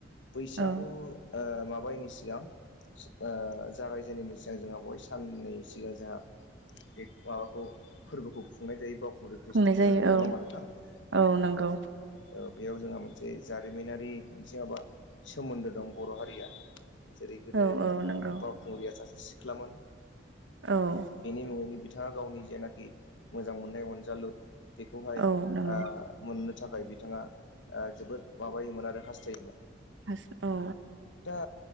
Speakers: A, on the left; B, on the right.
A: बैसागु
B: औ
A: ओ माबायैनि सिगां ओ जागायजेनिनि सिगां जोंहा बेवहाय साननै सिगां जोंहा बे माबाखौ फोरबोखौ खुंनाय जायो बाउखुंग्रि फेसथि
B: खुंनाय जायो
A: फोरबोखौ नङा होनबा नोंथां?
B: औ नंगौ।
A: औ बेयाव जोंहा मोनसे जारिमिनारि मोनसे हाबा सोमोन्दो दं बर' हारिया जेरै गोदो
B: औ
A: बाउखुंग्रिया
B: औ नंगौ
A: सासे सिख्लामोन।
B: औ।
A: बेनि मुङैनो बिथाङा गावनि जेनाखि मोजां मोननाय अनजालु बेखौहाय ओ
B: औ नंगौ
A: मोननो थाखाय बिथाङा ओ जोबोद माबायोमोन आरो हास्थायोमोन।
B: हास औ।
A: दा